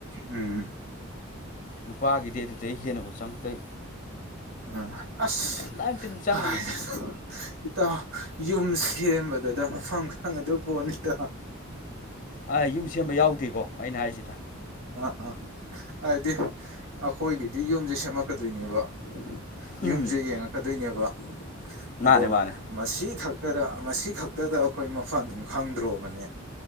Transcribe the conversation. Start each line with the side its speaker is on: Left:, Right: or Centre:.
Right: ꯎꯝ
Left: ꯅꯨꯄꯥꯒꯤꯗꯤ ꯑꯗꯨꯗꯩ ꯍꯦꯟꯅꯕꯨ ꯆꯪꯉꯛꯇꯣꯏ
Right: ꯎꯝ ꯑꯁ
Left: ꯀꯗꯥꯏꯃꯨꯛꯇꯤ ꯑꯗꯨꯝ ꯆꯪꯉꯅꯤꯗ
Right: ꯀꯥꯏꯗꯩꯅꯣ ꯏꯇꯥꯎ ꯌꯨꯝ ꯁꯦꯝꯕꯗꯗ ꯃꯐꯝ ꯈꯪꯉꯗꯣꯏꯄꯣꯠꯅꯤꯗ
Left: ꯑꯥ ꯑꯥꯏ ꯌꯨꯝ ꯁꯦꯝꯕ ꯌꯥꯎꯗꯦꯀꯣ ꯑꯩꯅ ꯍꯥꯏꯁꯤꯗ
Right: ꯑꯥ ꯍꯥꯏꯗꯤ ꯑꯈꯣꯏꯒꯤꯗꯤ ꯌꯨꯝꯖꯦ ꯁꯦꯝꯃꯛꯀꯗꯣꯏꯅꯦꯕ
Left: ꯎꯝ
Right: ꯌꯨꯝꯖꯦ ꯌꯦꯡꯉꯛꯀꯗꯣꯏꯅꯦꯕ
Left: ꯃꯥꯅꯦ
Right: ꯑꯗꯣ
Left: ꯃꯥꯅꯦ
Right: ꯃꯁꯤ ꯈꯛꯇꯗ ꯃꯁꯤ ꯈꯛꯇꯗ ꯑꯈꯣꯏ ꯃꯐꯝ ꯑꯗꯨꯝ ꯈꯪꯗ꯭ꯔꯣꯕꯅꯦ